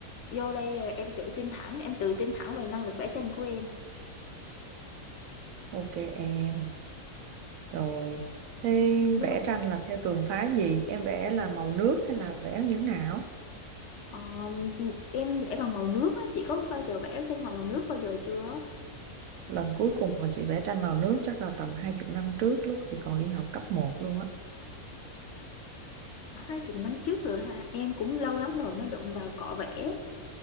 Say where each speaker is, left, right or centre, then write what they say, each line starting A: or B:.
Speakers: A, on the left; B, on the right.
A: vô đây à, em tự tin thẳng em tự tin thẳng về năng lực vẽ tranh của em
B: Ok em, rồi. Thế
A: nhưng
B: vẽ
A: mà
B: tranh là theo trường phái gì? Em vẽ là màu nước hay là vẽ như thế nào?
A: ờ, em vẽ bằng màu nước á chị có bao giờ vẽ tranh bằng màu nước bao giờ chưa
B: Lần cuối cùng mà chị vẽ tranh màu nước chắc là tầm hai chục năm trước lúc chị còn đi học cấp một luôn á.
A: hai chục năm trước rồi hả em cũng lâu lắm rồi mới đụng vào cọ vẽ